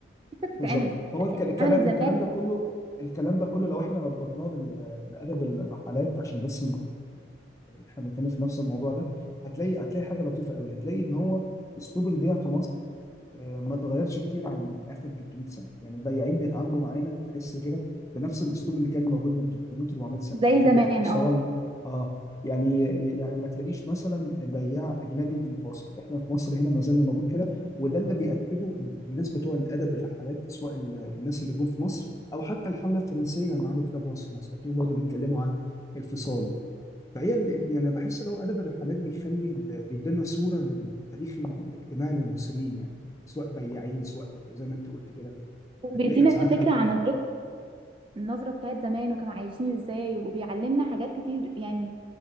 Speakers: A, on the right; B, on the left.
A: لسه بتتعمل
B: بالظبط فهو الك- الكلا-
A: عملت
B: الكلام
A: زمان
B: ده كله الكلام ده كله لو احنا ربطناه بال- بأدب الرحلات عشان بس ن- احنا بنتكلم في نفس الموضوع ده هتلاقي هتلاقي حاجة لطيفة قوي هتلاقي ان هو اسلوب البيع في مصر آه، ما اتغيرش كتير عن اخر 300 سنه يعني البياعين بيتعاملوا معانا تحس كده بنفس الاسلوب اللي كان موجود من 300 400
A: زي
B: سنه يعني فكره
A: زمان
B: الفصال
A: اه
B: اه يعني يعني ما تلاقيش مثلا بياع اجنبي بيفاصل احنا في مصر هنا ما زلنا موجود كده وده اللي بياكده ال- الناس بتوع الادب الرحلات سواء ال- الناس اللي جم في مصر او حتى الحمله الفرنسيه لما عملوا كتاب وصف مصر هتلاقيهم برضه بيتكلموا عن الفصال فهي ال- ال- يعني بحس لو ادب الرحلات بيخلي ال- بيدينا صوره للتاريخ الاجتماعي للمصريين يعني سواء بياعين سواء ب- زي ما انت قلت كده هتلاقي
A: بيدينا
B: ساعات حتى
A: فكره عن
B: ب...
A: نظرتنا النظره بتاعت زمان وكانوا عايشين ازاي وبيعلمنا حاجات كتير يعني